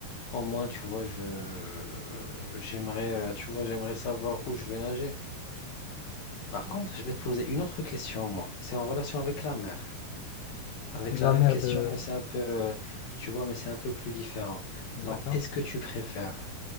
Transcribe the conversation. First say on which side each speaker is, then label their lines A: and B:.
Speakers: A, on the left (about 70°); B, on the left (about 90°).
A: Au moins, tu vois, je, j'aimerais, euh, tu vois, j'aimerais savoir où je vais nager. Par contre, je vais te poser une autre question, moi. C'est en relation avec la mer. Avec
B: C'est de
A: la
B: la
A: même
B: mer
A: question,
B: de...
A: mais c'est un peu, euh, tu vois, mais c'est un peu plus différent.
B: D'accord?
A: Donc, est-ce que tu préfères